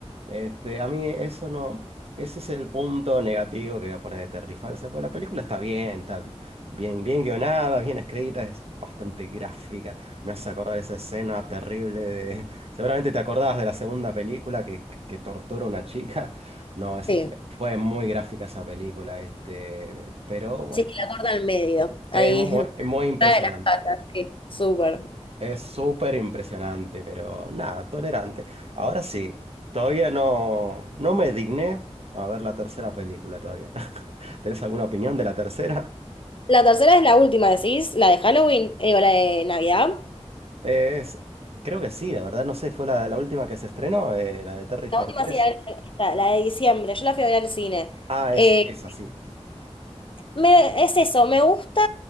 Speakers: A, on the right (about 60°); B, on the left (about 50°).
A: Este, a mí eso no, ese es el punto negativo que voy a poner de Terrifier. O sea, pues la película está bien, está bien, bien guionada, bien escrita, es bastante gráfica. Me hace acordar esa escena terrible de Seguramente te acordabas de la segunda película que, que tortura a una chica. No, esa
B: Sí,
A: fue, fue muy gráfica esa película, este, pero bueno,
B: sí, que la corta al medio, ahí,
A: es muy,
B: <laughs>
A: muy impresionante.
B: la de las patas, sí, súper.
A: Es súper impresionante, pero nada, tolerante. Ahora sí, todavía no, no me digné a ver la tercera película todavía. <laughs> ¿Tenés alguna opinión de la tercera?
B: La tercera es la última, decís, la de Halloween, eh, o la de Navidad.
A: Es, creo que sí, la verdad, no sé, fue la, la última que se estrenó, eh, la de Terrifier
B: La última
A: tres.
B: sí, la, esta, la de diciembre, yo la fui a ver al cine.
A: Ah,
B: Eh,
A: es, es así.
B: me- es eso, me gusta